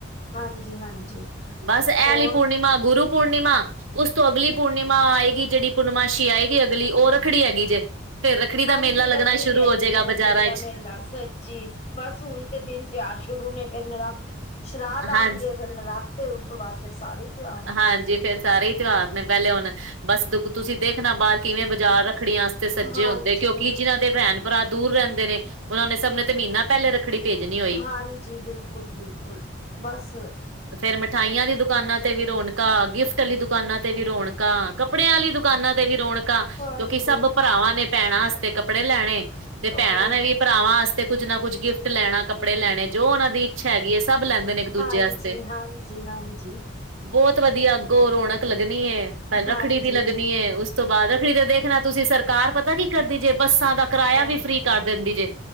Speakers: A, on the left (about 35°); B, on the right (about 80°).
A: ਹਾਂਜੀ ਹਾਂਜੀ।
B: ਬਸ ਐ
A: ਹੋਰ
B: ਅਲੀ ਪੂਰਨਿਮਾ ਗੁਰੂ ਪੂਰਨਿਮਾ। ਉਸ ਤੋਂ ਅਗਲੀ ਪੂਰਨਿਮਾ ਆਏਗੀ ਜਿਹੜੀ ਪੂਰਨਮਾਸ਼ੀ ਆਏਗੀ ਅਗਲੀ ਉਹ ਰੱਖੜੀ ਹੈਗੀ ਜੇ। ਫੇਰ ਰੱਖੜੀ ਦਾ
A: ਹਾਂਜੀ
B: ਮੇਲਾ ਲੱਗਣਾ
A: ਰੱਖੜੀ
B: ਸ਼ੁਰੂ
A: ਹੈਗੀ
B: ਹੋ ਜਾਏਗਾ
A: ਹੈ ਰੱਖੜੀ
B: ਬਾਜ਼ਾਰਾਂ
A: ਦਾ
B: ਵਿੱਚ
A: ਮੇਲਾ ਸੱਚੀ। ਬਸ ਹੁਣ ਤੇ ਦਿਨ ਤਿਓਹਾਰ ਸ਼ੁਰੂ ਨੇ ਫੇਰ ਨਰਾ ਸ਼ਰਾਧ ਆਣਗੇ।
B: ਹਾਂਜੀ
A: ਫਿਰ ਨਰਾਤੇ ਉਸ ਤੋਂ ਬਾਅਦ ਫਿਰ ਸਾਰੇ ਹੀ ਤਿਉਹਾਰ ਨੇ।
B: ਹਾਂਜੀ ਫੇਰ ਸਾਰੇ ਤਿਉਹਾਰ ਨੇ ਪਹਿਲੇ ਹੁਣ ਬਸ ਦੁ ਤੁਸੀਂ ਦੇਖਣਾ ਬਾਹਰ ਕਿਵੇਂ ਬਾਜ਼ਾਰ ਰੱਖੜੀਆਂ ਤੇ ਸੱਜੇ
A: ਹਾਂਜੀ
B: ਹੁੰਦੇ ਕਿਉਂਕਿ ਜਿਹਨਾਂ ਦੇ ਭੈਣ ਭਰਾ ਦੂਰ ਰਹਿੰਦੇ ਨੇ ਉਹਨਾਂ ਨੇ ਸਭ ਨੇ ਤੇ ਮਹੀਨਾ ਪਹਿਲੇ ਰੱਖੜੀ। ਭੇਜਣੀ ਹੋਈ
A: ਹਾਂਜੀ ਬਿਲਕੁਲ ਬਿਲਕੁਲ ਬਸ
B: ਫੇਰ ਮਿਠਾਈਆਂ ਦੀ ਦੁਕਾਨਾਂ। ਤੇ ਵੀ ਰੌਣਕ ਗਿਫਟ ਆਲੀ ਦੁਕਾਨਾਂ ਤੇ ਵੀ ਰੌਣਕ ਕੱਪੜਿਆਂ ਆਲੀ ਦੁਕਾਨਾਂ ਤੇ ਵੀ ਰੌਣਕ ਕਿਉਂਕਿ
A: ਹਾਂਜੀ
B: ਸਭ ਭਰਾਵਾਂ ਨੇ ਭੈਣਾਂ ਵਾਸਤੇ ਕੱਪੜੇ ਲੈਣੇ ਤੇ
A: ਕੱਪੜੇ
B: ਭੈਣਾਂ ਨੇ ਵੀ ਭਰਾਵਾਂ ਤੇ ਤੇ ਕੁੱਝ ਨਾ ਕੁੱਝ ਗਿਫਟ ਲੈਣਾ ਕੱਪੜੇ ਲੈਣੇ ਜੋ ਉਹਨਾਂ ਦੀ ਇੱਛਾ ਹੈਗੀ ਹੈ ਸਭ ਲੈਂਦੇ ਨੇ ਇੱਕ ਦੂਜੇ
A: ਹਾਂਜੀ
B: ਵਾਸਤੇ।
A: ਹਾਂਜੀ ਹਾਂਜੀ,
B: ਬਹੁਤ ਵਧੀਆ ਅੱਗੋਂ ਰੌਣਕ ਲੱਗਣੀ ਐ ਪਹਿਲੇ
A: ਹਾਂਜੀ
B: ਰੱਖੜੀ ਦੀ ਲੱਗਣੀ ਐ ਉਸ। ਤੋਂ ਬਾਅਦ ਰੱਖੜੀ ਤੇ ਦੇਖਣਾ ਤੁਸੀਂ ਸਰਕਾਰ ਪਤਾ ਕੀ ਕਰਦੀ ਜੇ ਬੱਸਾਂ ਦਾ ਕਿਰਾਇਆ
A: ਹਾਂਜੀ
B: ਵੀ ਫਰੀ ਕਰ ਦਿੰਦੀ ਜੇ